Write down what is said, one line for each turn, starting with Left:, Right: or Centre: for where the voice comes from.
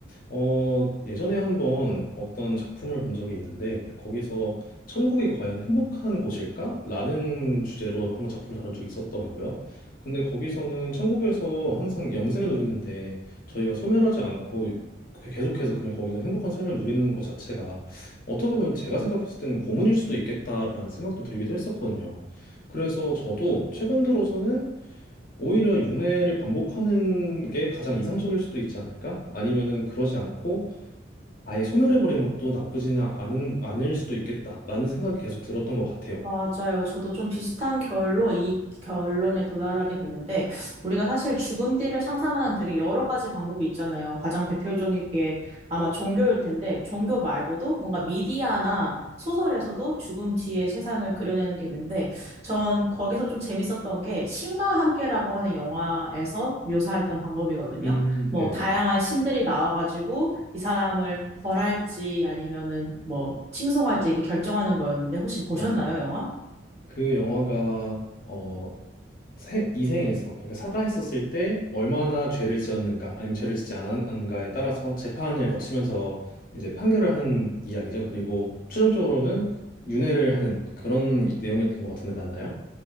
Left: 어, 예전에 한번 어떤 작품을 본 적이 있는데 거기서 천국이 과연 행복한 곳일까? 라는 주제로 한번 작품을 다룬 적이 있었더라고요. 근데 거기서는 천국에서 항상 영생을 누리는데 저희가 소멸하지 않고 그- 계속해서 그냥 거기서 행복한 삶을 누리는 것 자체가 어떻게 보면 제가 생각했을 때는 고문일 수도 있겠다라는 생각도 들기도 했었거든요. 그래서 저도 최근 들어서는 오히려 윤회를 반복하는 게 가장 이상적일 수도 있지 않을까? 아니면은 그러지 않고 아예 소멸해버린 것도 나쁘지는 않은, 않을 수도 있겠다라는 생각이 계속 들었던 것 같아요.
Right: 맞아요. 저도 좀 비슷한 결로 이 결론에 도달하게 됐는데, 우리가 사실 죽음 뒤를 상상하는 되게 여러 가지 방법이 있잖아요. 가장 대표적인 게 아마 종교일 텐데, 종교 말고도 뭔가 미디어나 소설에서도 죽음 뒤의 세상을 그려내는 게 있는데, 전 거기서 좀 재밌었던 게 신과 함께라고 하는 영화에서 묘사했던 방법이거든요.
Left: 음,
Right: 뭐
Left: 네네네.
Right: 다양한 신들이 나와가지고 이 사람을 벌할지 아니면은 뭐 칭송할지 이렇게 결정하는 거였는데 혹시 보셨나요,
Left: 맞아요. 네.
Right: 영화?
Left: 그 영화가 어, 생, 이생에서 그러니까 살아있었을 때 얼마나 죄를 지었는가 아니면 죄를 짓지 않았는가에 따라서 재판을 거치면서 이제 판결을 하는 이야기죠. 그리고 최종적으로는 윤회를 하는 그런 내용이었던 것 같은데 맞나요?